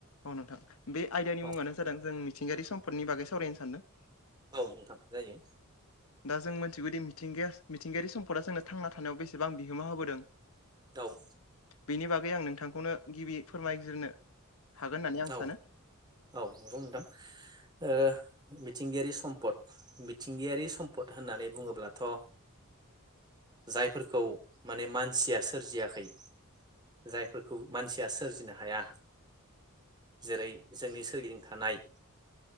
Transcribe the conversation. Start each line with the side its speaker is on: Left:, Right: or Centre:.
Left: औ नोंथां बे आयदानि
Right: औ
Left: मुङानो जादों जों मिथिंगायारि सम्फदनि बागै सावरायनो सानदों
Right: औ नोंथां जायो
Left: दा जों मिथिगौदि मिथिंगाया मिथिंगायारि सम्पदा जोंनो थांना थानायाव बेसेबां बिहोमा होबोदों
Right: दाव
Left: बेनि बागै आं नोंथांखौनो गिबि फोरमायग्रोनो हागोन होननानै आं
Right: औ
Left: सानो
Right: औ नंगौ दां ओ मिथिंगायारि सम्पद मिथिंगायारि सम्पद होननानै बुङोब्लाथ' जायफोरखौ माने मानसिया सोरजियाखै जायफोरखौ मानसिया सोरजिनो हाया जेरै जोंनि सोरगिदिं थानाय